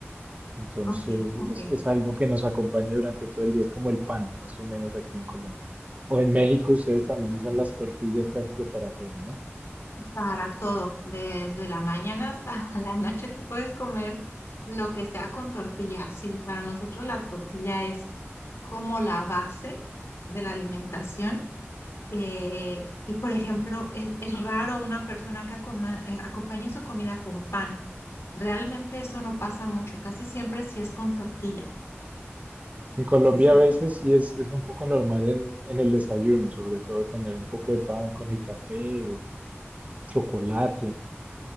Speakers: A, on the right; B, on the left.
A: Entonces
B: Ok, ok.
A: es, es algo que nos acompaña durante todo el día, es como el pan, más o menos aquí en Colombia. O en México ustedes también usan las tortillas casi que para todo, ¿no?
B: Para todo, desde la mañana hasta <laughs> la noche tú puedes comer lo que sea con tortilla. Sí, para nosotros la tortilla es como la base de la alimentación. eh, y por ejemplo, es, es raro una persona que acoma- eh, acompañe su comida con pan. Realmente eso no pasa mucho, casi siempre sí es con tortilla.
A: En Colombia
B: Exacto.
A: a veces sí es, es un poco normal en, en el desayuno, sobre todo tener un poco de pan con el café o chocolate,